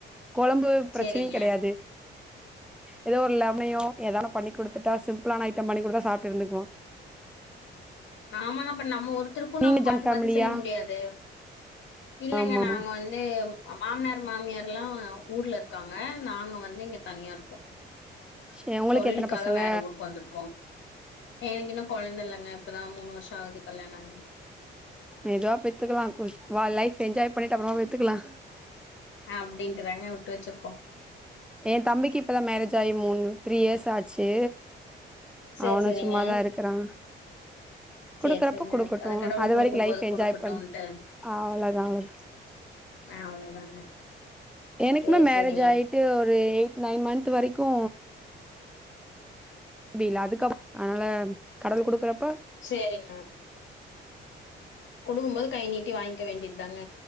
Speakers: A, in the centre; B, on the left.
A: கொழம்பு பிரச்சனையு
B: சரிங்க.
A: கெடையாது ஏதோ ஒரு லெமனையோ ஏதா ஒன்னு பண்ணி குடுத்துட்டா சிம்பிளான ஐட்டம் பண்ணிகுடுத்தா சாப்ட்டு இருந்துக்வா
B: ஆமாங் அப்றோ நம்ம ஒருத்துருக்கு நம்ம
A: நீங்க ஜாயிண்ட்
B: பாத்து
A: ஃபேமிலியா
B: பாத்து செய்ய முடியாது இல்லங்க
A: ஆமா ஆமா
B: நாங் வந் து மாமனார் மாமியார்ல்லா ஊர்ல இருக்காங்க நாங்க வந்து இங்க தனியா இருக்கோ
A: சே உங்களுக்கு
B: தொழில்க்காக
A: எத்தன பசங்க
B: வேற ஊருக் வந்த்ருக்கோ எனக்கு இன்னு கொழந்த இல்லைங்க இப்பதா மூணு வருஷ ஆகுது கல்யாண ஆகி
A: மெதுவா பெத்துக்கலா லைஃப் என்ஜாய் பண்ணிட்டு அப்பறமா பெத்துக்கலா
B: அப்படின்ட்டுதாங்க விட்டு வச்சிருக்கோ
A: எ தம்பிக்கு இப்பதா மேரேஜ் ஆகி மூண் த்ரீ இயர்ஸ் ஆச்சு
B: சரி,
A: அவனு
B: சரிங்க.
A: சும்மாதா இருக்கிறா குடுக்குறப்ப
B: சரி, சரிங்க.
A: குடுக்கட்டு
B: அது கடவுள்
A: அது
B: குடுக்கும்போது
A: வரைக்கு லைஃப்ப
B: குடுக்கட்டுன்ட்டு.
A: என்ஜாய் பண்ண ஆ அவ்வளவுதா அவ்ள
B: ஆ அவ்ளோதாங்க
A: எனக்குமே
B: சரி,
A: மேரேஜ்
B: சரிங்க.
A: ஆகிட்டு ஒரு எயிட் நைன் மன்த் வரைக்கு முடுயல அதுகப் அதனால கடவுள் குடுக்குறப்
B: சேரிங்க குடுக்கும்போது கை நீட்டி வாங்கிக்க வேண்டியது தாங்க